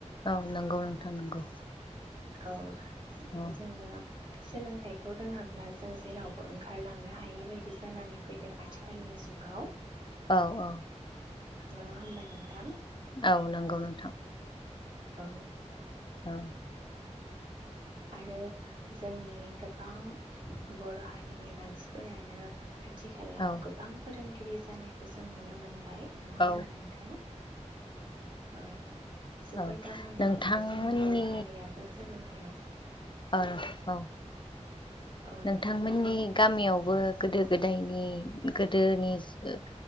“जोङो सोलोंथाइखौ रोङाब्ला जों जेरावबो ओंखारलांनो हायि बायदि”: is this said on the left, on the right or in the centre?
Right